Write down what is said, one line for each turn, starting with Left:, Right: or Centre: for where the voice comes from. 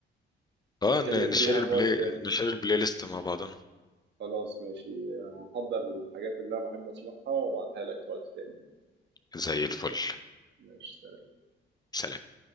Left: اه
Right: نتكلم
Left: ن- نشير
Right: فيها
Left: البلاي
Right: في وقت تاني
Left: نشير البلاي ليست مع بعضنا
Right: خلاص ماشي هحضر الحاجات اللي انا بحب اسمعها وابعتها لك في وقت تاني
Left: زي الفل
Right: ماشي
Left: سلام